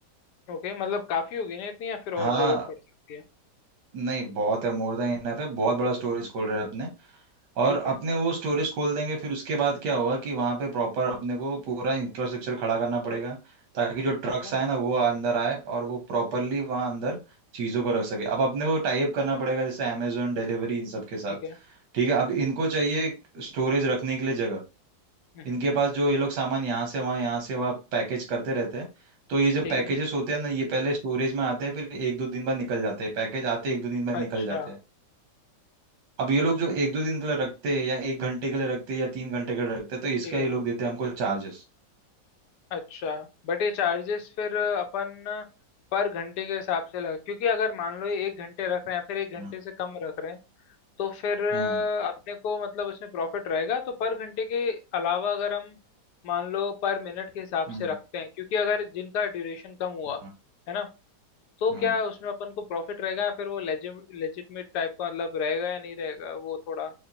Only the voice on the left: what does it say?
ओके मतलब काफी होगी ना इतनी या फिर और
जरूरत पड़ सकती है
ठीक है
ओके
ठीक है
हम्म
ठीक
है
अच्छा
ठीक है
अच्छा बट ये चार्जेस फिर अपन पर घंटे के हिसाब से लगा क्योंकि अगर मान लो ये एक घंटे रख रहे हैं या फिर एक
घंटे से कम रख रहे हैं तो फिर अ,
अपने को मतलब उसमें प्रॉफिट रहेगा तो पर घंटे के अलावा अगर हम मान लो पर मिनट के हिसाब
से रखते हैं क्योंकि अगर जिनका ड्यूरेशन कम हुआ
है ना तो
क्या उसमें अपन को प्रॉफिट रहेगा या फिर वो लेजिटमेट टाइप का मतलब रहेगा या नहीं रहेगा वो थोड़ा